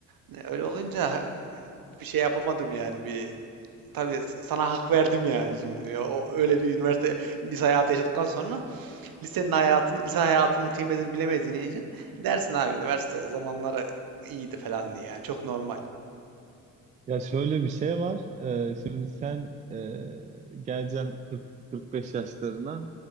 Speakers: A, on the right; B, on the right.
A: Ne, Öyle olunca bir şey yapamadım yani bir tabii sana hak verdim yani şimdi o öyle bir üniversite lise hayatı yaşadıktan sonra lisenin hayatını lise hayatının kıymetini bilemediğin için dersin abi üniversite zamanları iyiydi falan diye yani çok normal.
B: Ya şöyle bir şey var. Ee, şimdi sen e, geleceksin 40-45 yaşlarına.